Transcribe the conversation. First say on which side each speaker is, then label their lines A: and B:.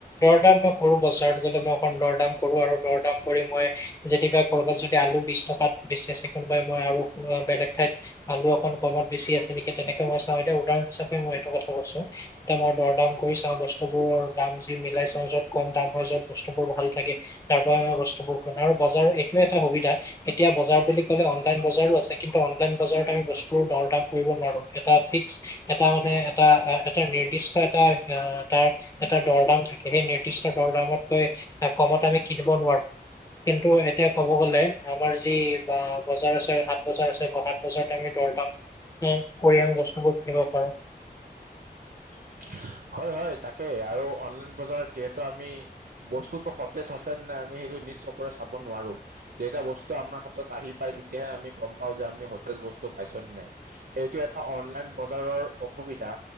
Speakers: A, on the left (about 20°); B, on the right (about 75°).
A: াম মই কৰো বাৰত গ'লে মই অখন দৰদাম কৰো আৰু দৰদাম কৰি মই যেতিয়া কৰ'বাত যদি আলু বি টকাত বেছ আছে কোনোবাই মই আৰু বেলেগ ঠাইত আলু অকণ কমত বেছি আছে নেকি তেনেকে মই চাওঁ এতিয়া উদাহৰণ হিচাপে মই এইটো কথা কৈছো মই দৰ দাম কৰি চাওঁ বস্তু বোৰৰ দাম যি মিলাই চাওঁ যত কম দাম হয় যত বস্তুবোৰ ভাল থাকে তাৰ পৰা মই বস্তুবোৰ খ আৰু বজাৰ এইটো এটা সুবিধা এতিয়া বজাৰ বুলি ক'লে অনলাইন বজাৰো আছে কিন্তু অনলাইন বজাৰত আমি বস্তু দৰ দাম কৰিব এটা ভিক্স এটা মানে এটা আ এটা নিৰ্দিষ্ট এটা তাৰ এটা দৰদাম থাকে সেই নিৰ্দিষ্ট দৰদামৰ কমত আমি কিনিব নোৱাৰো কিন্তু এতিয়া ক'ব গ'লে আমাৰ যি বা বজাৰ আছে সাত বজাৰ আছে বা সাত বজাৰতে আমি দৰ দাম কৰি আমি বস্তুবোৰ কিনিব পাৰোঁ
B: উ হয় হয় তাকে আৰু অনলাইন বজাৰত যিহেতু আমি বস্তুতটো সতেজ আছে নে নাই আমি সেইটো নিজ চকুৰে চাব নোৱাৰো। যেতিয়া বস্তুটো আমাৰ হাতত আহি পাই, তেতিয়াহে আমি গম পাওঁ যে আমি সতেজ বস্তু। পাইছ নে নাই সেইটো এটা অনলাইন বজাৰৰ অসুবিধা